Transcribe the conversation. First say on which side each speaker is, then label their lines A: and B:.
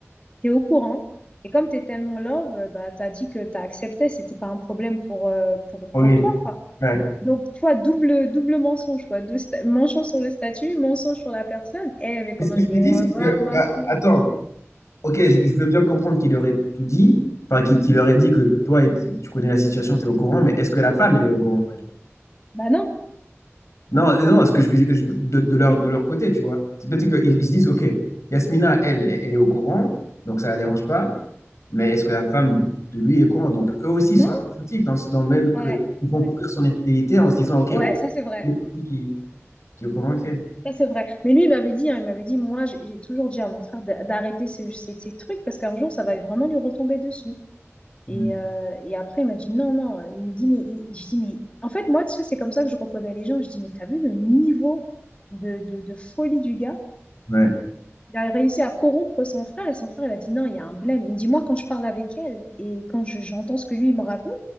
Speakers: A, on the left; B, on the left.
A: t'es au courant. Et comme t'es tellement love, euh, bah, t'as dit que t'as accepté, c'était pas un problème pour, euh, pour,
B: Oui.
A: pour toi, quoi.
B: Ouais.
A: Donc, tu vois, double, double mensonge, quoi. Deux sta- mensonge sur le statut, mensonge sur la personne. Eh, mais comment
B: Mais ce que
A: je
B: je
A: l'ai
B: me dis,
A: ramassé?
B: c'est que, bah, attends, ok, je, je veux bien comprendre qu'il aurait tout dit, enfin, qu'il qu'il aurait dit que toi, et- tu connais la situation, tu es au courant, mais est-ce que la femme, elle est au courant, elle
A: Bah non,
B: Non, non, ce que je, je- de, de leur, de leur côté, tu vois. C'est peut-être qu'ils ils se disent, ok, Yasmina, elle, elle est au courant, donc ça la dérange pas, mais est-ce que la femme de lui est au courant? Donc eux aussi,
A: non,
B: ils sont un peu foutifs dans, le- dans le même que-
A: ouais.
B: ils vont
A: Ouais.
B: courir son infidélité en se disant, ok,
A: Ouais,
B: oh,
A: ça c'est vrai.
B: elle est foutie qui, qui est au courant, ok.
A: Ça c'est vrai. Mais lui, il m'avait dit, hein, il m'avait dit, moi, j'ai j'ai toujours dit à mon frère d'a- d'arrêter ce- ces, ces trucs parce qu'un jour, ça va vraiment lui retomber dessus. Et,
B: Mm.
A: euh, et après, il m'a dit, non, non. Il me dit, mais il- je dis, mais en fait, moi, tu sais, c'est comme ça que je reconnais les gens. Je dis, mais t'as vu le niveau de, de, de folie du gars?
B: Ouais,
A: Il a réussi à corrompre son frère et son frère, il a dit non, il y a un blême. Il dit, moi, quand je parle avec elle et quand je- j'entends ce que lui, il me raconte,